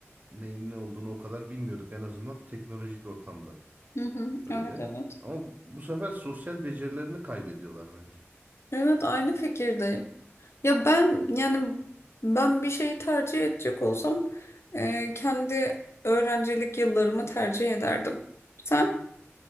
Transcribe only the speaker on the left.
Hı hı.
Evet evet.
Evet aynı fikirdeyim. Ya ben yani ben bir şeyi tercih edecek olsam e, kendi öğrencilik yıllarımı tercih ederdim. Sen?